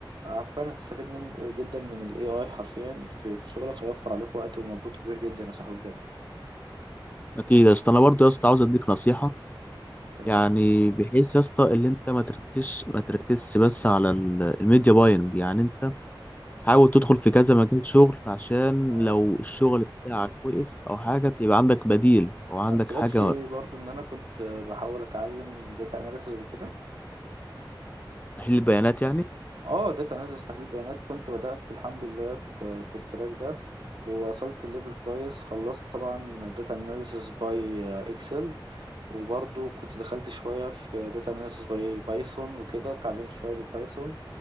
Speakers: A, on the right; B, on the left.
A: عارفين هتستفيد من جدا من الاي اي حرفيا في في شغلك هيوفر عليك وقت ومجهود كبير جدا يا صاحبي بجد
B: اكيد يا اسطى انا برضو يا اسطى عاوز اديك نصيحة
A: تمام
B: يعني بحيث يا اسطى اللي انت ما تركزش ما تركزش بس على ال- الميديا باينج يعني انت حاول تدخل في كذا مجال شغل عشان
A: اه
B: لو الشغل بتاعك وقف او حاجه يبقى عندك بديل او عندك
A: ما قلتلكش
B: حاجه
A: برضو ان انا كنت بحاول اتعلم داتا اناليسز وكده
B: تحليل بيانات يعني
A: اه داتا اناليسز تحليل بيانات كنت بدأت الحمد لله في في التراك ده ووصلت الليفل كويس خلصت طبعا داتا اناليسز باي اكسل وبرضو كنت دخلت شوية في داتا اناليسز باي بايثون وكده اتعلمت شوية بالبايثون